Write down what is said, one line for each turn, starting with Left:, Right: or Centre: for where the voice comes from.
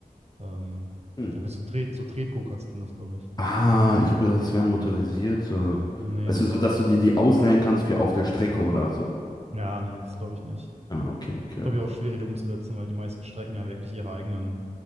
Right: ähm,
Left: Hm.
Right: ja, mit so Tret, so Tret-Go-Karts sind das, glaube ich.
Left: Ah, ich habe gedacht, es wären motorisierte.
Right: Nee,
Left: Weißt
Right: nee,
Left: du, so
Right: nee.
Left: dass du dir die ausleihen kannst für auf der Strecke oder so.
Right: Ja, nee, das glaube ich nicht.
Left: Ah, okay, okay.
Right: Glaube ich auch schwierig umzusetzen, weil die meisten Strecken ja wirklich ihre eigenen